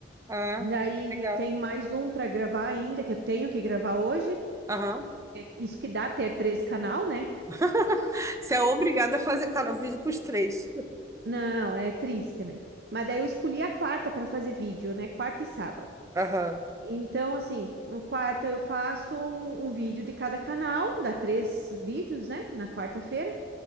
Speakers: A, on the right; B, on the right.
A: Ah.
B: daí
A: Legal.
B: tem mais um para gravar ainda, que eu tenho que gravar hoje.
A: Aham.
B: Isso que dá ter três canal, né?
A: <laughs> Você é obrigada a fazer cara, o vídeo pros três.
B: Não, é triste, né? Mas daí eu escolhi a quarta para fazer vídeo, né? Quarta e sábado.
A: Aham.
B: Então, assim, no quarta eu faço um, um vídeo de cada canal, dá três vídeos, né, na quarta-feira,